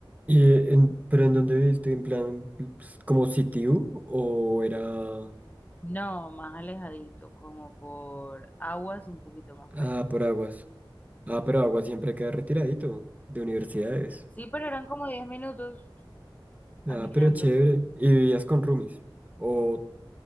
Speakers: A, on the right; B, on the left.
A: y en, pero ¿en dónde viviste? ¿En plan pues, como sitio o era
B: No, más alejadito, como por aguas un poquito más
A: ah,
B: para allá.
A: por Aguas? Ah, pero Aguas siempre queda retiradito de universidades.
B: Sí, pero eran como 10 minutos caminando.
A: Ah, pero chévere. ¿Y vivías con roomies? ¿O